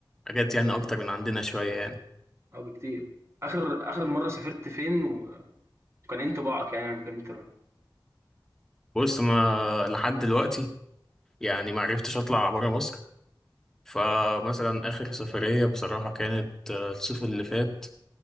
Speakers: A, in the centre; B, on the right (about 35°).
A: وحاجات يعني اكتر من عندنا شويه يعني
B: اه بكتير اخر اخر مره سافرت فين و- وكان إيه انطباعك يعني لما كنت رايح
A: بص ما لحد دلوقتي يعني ما عرفتش اطلع بره مصر فمثلا آخر سفرية بصراحة كانت آه، الصيف اللي فات